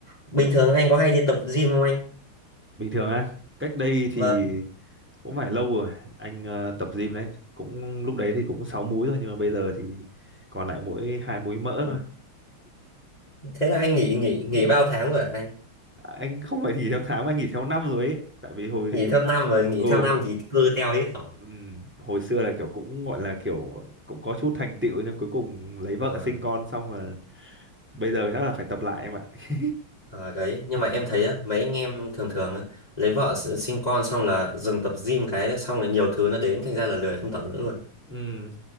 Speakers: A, on the left; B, in the centre.
A: Bình thường anh có hay đi tập gym không anh?
B: bình thường á cách đây thì
A: Vâng.
B: cũng phải lâu rồi anh ờ, tập gym đấy cũng lúc đấy thì cũng sáu múi rồi nhưng mà bây giờ thì còn lại mỗi hai múi mỡ
A: Ừ.
B: thôi
A: Thế là anh nghỉ nghỉ nghỉ bao tháng rồi hả anh?
B: anh không phải nghỉ theo tháng mà anh nghỉ theo năm rồi ấy tại vì hồi
A: Nghỉ theo năm rồi, nghỉ
B: ừ
A: theo năm thì cơ teo hết rồi.
B: ừm, hồi xưa là kiểu cũng gọi là kiểu cũng có chút thành tựu nhưng cuối cùng lấy vợ
A: Ờ,
B: sinh con xong là bây giờ chắc là phải tập lại em ạ <laughs>
A: ờ, đấy, nhưng mà em thấy á, mấy anh em thường thường á, lấy vợ s- sinh con xong là dừng tập gym cái xong là nhiều thứ nó đến thành ra là lười không tập nữa luôn.
B: Ừ,